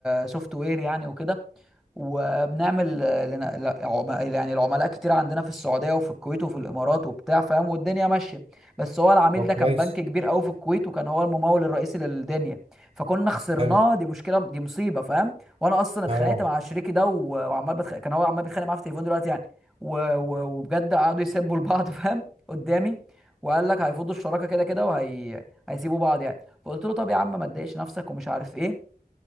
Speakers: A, in the centre; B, on the right (about 35°).
A: سوفت وير يعني وكده وبنعمل آه، لنا- لا- عم- يعني العملاء كتير عندنا في السعوديه وفي الكويت وفي الامارات وبتاع فاهم والدنيا ماشيه بس هو العميل
B: طب
A: ده
B: كويس
A: كان بنك كبير قوي في الكويت وكان هو الممول الرئيسي للدنيا فكنا خسرناه
B: حلو
A: دي مشكله دي مصيبه فاهم وانا اصلا اتخانقت
B: اه
A: مع شريكي ده و- وعمال بتخ... كان هو عمال بيتخانق معاه في التليفون دلوقتي يعني و... و... وبجد قعدوا يسبوا لبعض <laughs> فاهم قدامي وقال لك هيفضوا الشراكه كده كده وهي هيسيبوا بعض يعني فقلت له طب يا عم ما تضايقش نفسك ومش عارف ايه